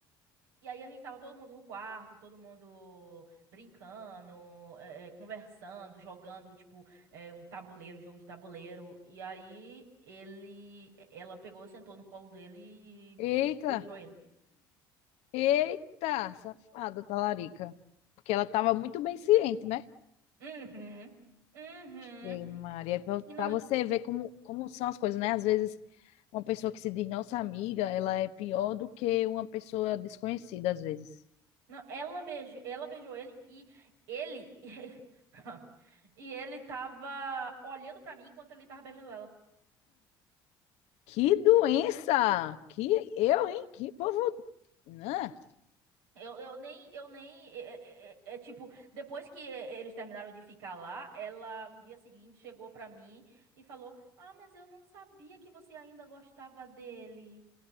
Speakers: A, on the right (about 80°); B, on the left (about 65°).
A: E aí a gente tava todo mundo no quarto, todo mundo brincando, é, é, conversando, jogando, tipo, é, um tabuleiro, jogo de tabuleiro. E aí ele... Ela pegou, sentou no colo dele e
B: Eita!
A: beijou ele.
B: Eita, safada, talarica. Porque ela estava muito bem ciente, né?
A: Uhum. Uhum.
B: Ei, Maria,
A: E no,
B: para você ver como, como são as coisas, né? Às vezes, uma pessoa que se diz nossa amiga, ela é pior do que uma pessoa desconhecida, às vezes.
A: Não, ela beijou, ela beijou ele e ele <laughs> e ele tava olhando pra mim enquanto ele tava beijando ela.
B: Que doença! Que eu, hein? Que povo. Né?
A: Eu, eu nem, eu nem, é, é- é- é é, tipo, depois que eles terminaram de ficar lá, ela no dia seguinte chegou pra mim e falou: "Ah, mas eu não sabia que você ainda gostava dele".